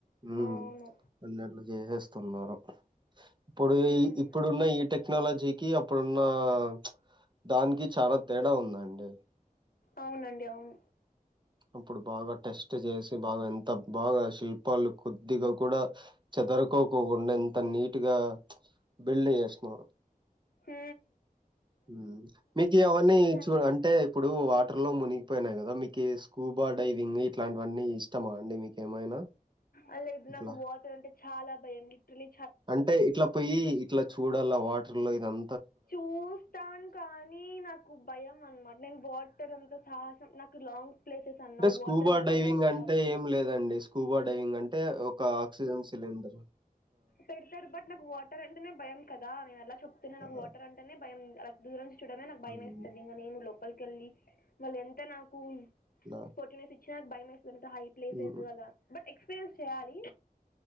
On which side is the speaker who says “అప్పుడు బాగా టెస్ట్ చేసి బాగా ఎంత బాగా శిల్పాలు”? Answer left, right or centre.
Right